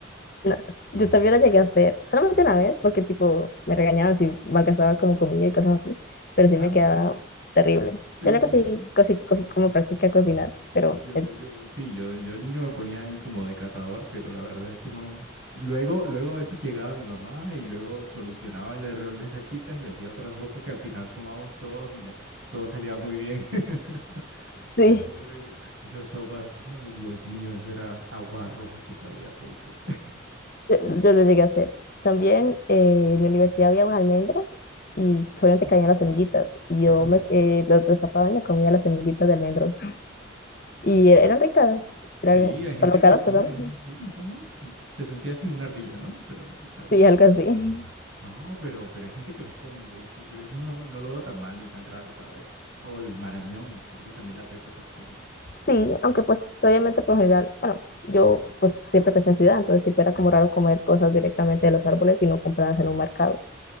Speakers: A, on the left (about 45°); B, on the right (about 90°).
A: No, yo también la llegué a hacer, solamente
B: <laughs>
A: una vez, porque tipo me regañaban si malgastaba como comida y cosas así, pero sí
B: Ah,
A: me quedaba terrible.
B: sí.
A: ya la cosí, cosí, cogí como práctica cocinar, pero
B: Yo,
A: eh,
B: yo, sí, yo, yo de niño me ponía ahí como de catador, pero la verdad es que no. Luego, luego a veces llegaba mi mamá y luego solucionaba el error de esas chicas y hacía otra sopa que al final tomábamos todos y ya todo salía muy bien. <laughs>
A: sí,
B: Pero bueno, esas sopas, no, Dios mío, esa era agua roja que sabía feito.
A: yo, yo lo llegué a hacer. También eh, en mi universidad había un almendro y solamente
B: Ah,
A: caían las semillitas y
B: Ajá.
A: yo me eh, lo destapaba y me comía las semillitas de almendro. Y er- eran ricas,
B: Sí,
A: eran
B: hay gente
A: para lo
B: que
A: caras
B: lo come,
A: que son,
B: sí, no está mal. Te sentías como una ardilla, ¿no? Pero está bien.
A: sí, algo así.
B: No, pero, pero hay gente que los come, de hecho. es- No, no lo veo tan mal ni tan raro, ¿sabes? O el marañón, creo que también la pepa se la come.
A: Sí, aunque pues obviamente por lo general, bueno, yo pues siempre crecí en ciudad, entonces tipo era como raro comer cosas directamente de los árboles y no compradas en un mercado.